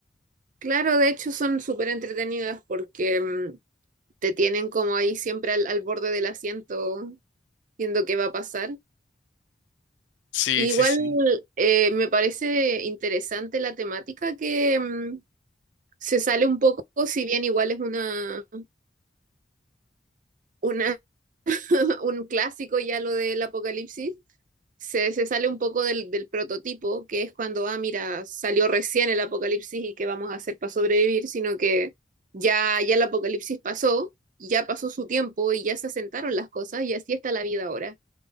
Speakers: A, on the right; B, on the left.
A: Claro, de hecho son súper entretenidas porque mm, te tienen como ahí siempre al, al borde del asiento viendo qué va a pasar.
B: Sí,
A: Igual
B: sí, sí.
A: eh, me parece interesante la temática que mm, se sale un poco, si bien igual es una, una, <laughs> un clásico ya lo del apocalipsis, se, se sale un poco del, del prototipo, que es cuando, ah, mira, salió recién el apocalipsis y qué vamos a hacer para sobrevivir, sino que ya, ya el apocalipsis pasó, ya pasó su tiempo y ya se asentaron las cosas y así está la vida ahora.